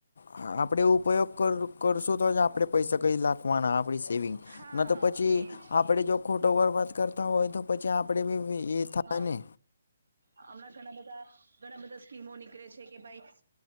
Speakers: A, on the left; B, on the right.
A: હા આપડે ઉપયોગ કર કરશું તો આપડે પૈસા કઈ લાગ. આપડી સેવિંગ
B: હા
A: ન તો પછી
B: એજ
A: આપણે જો. ખોટો બરબાદ કરતા હોય તો પછી આપડે બી ભી એ. થાય
B: હા
A: ને
B: હમણાં ઘણા બધા. ઘણા બધા સ્કીમો નીકળે છે કે ભાઈ